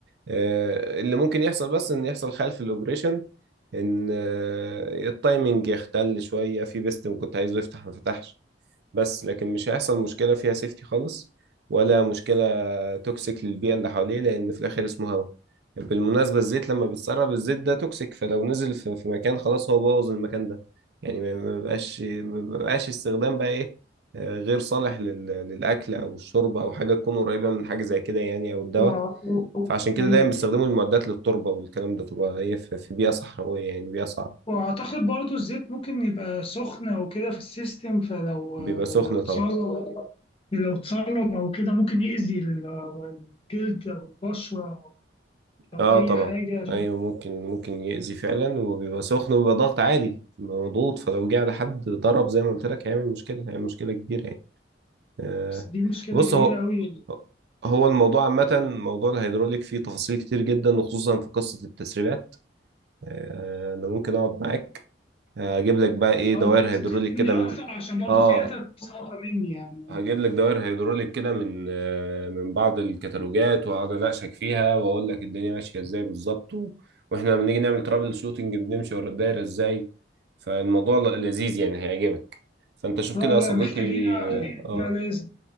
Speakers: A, on the right; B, on the left.
A: آه، اللي ممكن يحصل بس ان يحصل خلل في الاوبريشن ان آه، التايمنج يختل شويه في بيستم كنت عايزه يفتح ما فتحش بس لكن مش هيحصل مشكله فيها سيفتي خالص ولا مشكله توكسيك للبيئة اللي حواليه لأن في الآخر اسمه هواء بالمناسبة الزيت لما بتسرب الزيت ده توكسيك فلو نزل في في مكان خلاص هو بوظ المكان ده يعني ما ما بقاش ما بقاش استخدام بقى إيه آه، غير صالح لل- للأكل أو الشرب أو حاجة تكون قريبة من حاجة زي كده يعني أو الدواء
B: و-
A: فعشان كده
B: أيوة.
A: دايما بيستخدموا المعدات للتربة والكلام ده تبقى هي في في بيئة صحراوية يعني بيئة صعبة
B: وأعتقد برضو الزيت ممكن يبقى سخنة وكده في السيستم فلو
A: بيبقى سخن
B: لو اتسرب
A: طبعا
B: لو اتسرب أو كده ممكن يأذي ال- الجلد أو البشرة أو
A: اه
B: أي
A: طبعا
B: حاجة
A: ايوه ممكن ممكن يأذي فعلا وبيبقى سخن وبيبقى ضغط عالي بيبقى مضغوط فلو جه على حد ضرب زي ما قلت لك هيعمل مشكله هيعمل مشكله كبيره يعني آه
B: بس دي مشكلة
A: بص
B: كبيرة
A: هو
B: أوي
A: هو الموضوع عامه موضوع الهيدروليك فيه تفاصيل كتير جدا وخصوصا في قصه التسريبات آه انا ممكن اقعد معاك آه، اجيب لك بقى ايه
B: اه
A: دوائر
B: انت لازم
A: هيدروليك
B: تفهم
A: كده
B: لي اكتر
A: من
B: عشان برضو
A: اه
B: في حتت صعبة مني يعني
A: هجيب
B: اه
A: لك دوائر هيدروليك كده من آه، من بعض الكتالوجات واقعد اناقشك فيها واقول لك الدنيا ماشيه ازاي بالظبط و- واحنا لما بنيجي نعمل ترابل شوتنج بنمشي ورا الدايره ازاي فالموضوع ل- لذيذ يعني هيعجبك فانت شوف
B: لا
A: كده
B: لا،
A: يا صديقي
B: محتاجين قعدة
A: اه
B: لا لازم